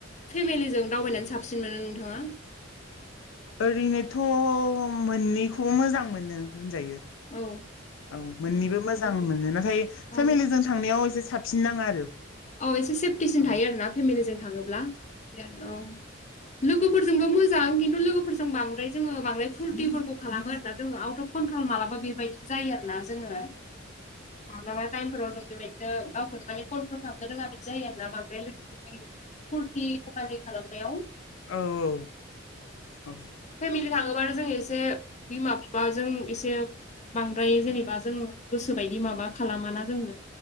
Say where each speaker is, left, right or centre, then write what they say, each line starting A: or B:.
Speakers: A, on the left; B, on the left.
A: फेमेलिजों दावबायनानै साबसिन मोनो नोंथाङा?
B: ओरैनोथ' मोननैखौबो मोजां मोनो होनजायो।
A: औ
B: औ मोननैबो मोजां मोनो नाथाय
A: औ
B: फेमेलिजों थांनायाव एसे साबसिन नाङो आरो।
A: औ एसे सेफटिसिन
B: औ
A: थायो आरोना फेमेलिजों थाङोब्ला <unintelligible> औ। लोगोफोरजोंबो मोजां खिन्थु लोगोफोरजों बांद्राय जोङो बांद्राय फुरटिफोरखौ खालामो आरोना जोङो आउट अफ कन्ट्रल मालाबा बेबायदिबो जायो आरो ना जोङो। मालाबा टाइमफोराव जों बेबायदिनो गावखौनो <unintelligible> <unintelligible> रोङा बिदि जायो आरो ना मा बे लोगोफोर फुरथि खालामनायाव।
B: औ औ औ।
A: फेमिलि थाङोबानो जों एसे बिमा बिफाजों एसे बांद्राय जेनेबा जों गोसो बायदि माबा खालामाना जोङो